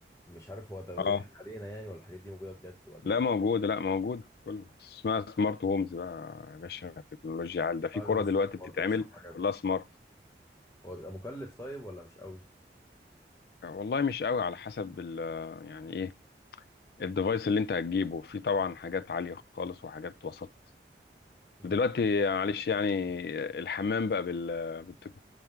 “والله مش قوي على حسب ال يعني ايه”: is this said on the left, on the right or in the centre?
Left